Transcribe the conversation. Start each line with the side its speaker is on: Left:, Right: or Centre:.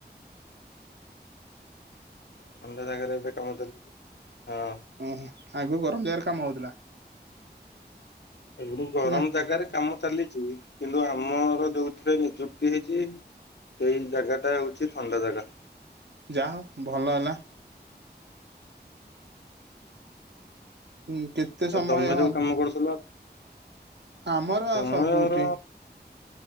Left: ଥଣ୍ଡା ଜାଗାରେ ଏବେ କାମ ଚାଲିଛି, ହଁ।
Right: ଓହୋ, ଆଗରୁ ଗରମ ଜାଗାରେ କାମ ହଉଥିଲା?
Left: ଏବଟୁକୁ ଗରମ
Right: ନା
Left: ଜାଗାରେ କାମ ଚାଲିଚି। କିନ୍ତୁ ଆମର ଯୋଉଥିରେ ନିଯୁକ୍ତି ହେଇଚି ସେଇ ଜାଗାଟା ହଉଚି ଥଣ୍ଡା ଜାଗା।
Right: ଯାହା ହଉ ଭଲ ହେଲା। ହୁଁ କେତେ
Left: ଆଉ
Right: ସମୟ
Left: ତମେ
Right: ହଁ
Left: ଯୋଉ
Right: ଉଁ
Left: କାମ କରୁଥିଲ
Right: ଆମର
Left: ସମୟର
Right: ଆଉ ସବୁଠି।